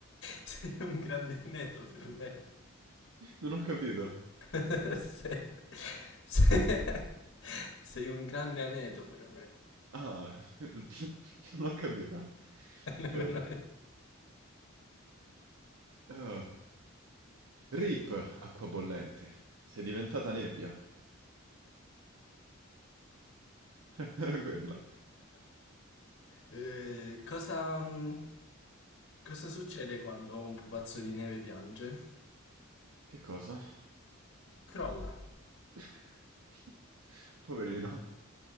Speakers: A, on the left; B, on the right.
A: Sei un grande aneddoto per
B: Non ho capito.
A: me. <laughs> Se- se- Sei un grande aneto per me.
B: Ah, <laughs> non ho capito.
A: <laughs>
B: Ok. Ah. Rip, acqua bollente. Sei diventata nebbia. <laughs> Era quella.
A: Eh, cosa, mm, cosa succede quando un pupazzo di neve piange?
B: Che cosa?
A: Crolla.
B: <laughs> Poverino.